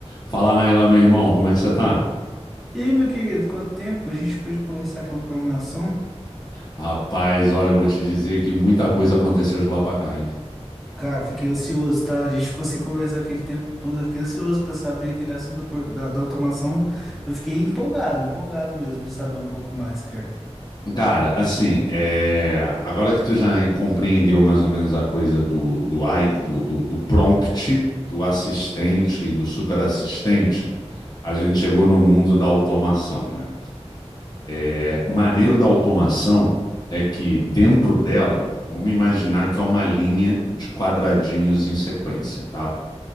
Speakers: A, on the left (about 35°); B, in the centre.
A: Fala, Nailan, meu irmão, como é que você tá?
B: E aí, meu querido, quanto tempo? A gente pôde conversar aquela programação?
A: Rapaz, olha, eu vou te dizer que muita coisa aconteceu de lá pra cá, hein?
B: Cara, fiquei ansioso, tá? A gente ficou sem conversar aquele tempo todo. Eu fiquei ansioso pra saber aquele assunto da, pro- da- da automação. Eu fiquei empolgado, empolgado mesmo de saber um pouco mais, cara.
A: Cara, assim, é, agora que tu já compreendeu mais ou menos a coisa do, do, AI do, do, do prompt, do assistente e do superassistente, a gente chegou no mundo da automação, né? É, o maneiro da automação é que dentro dela, vamos imaginar que é uma linha de quadradinhos em sequência, tá?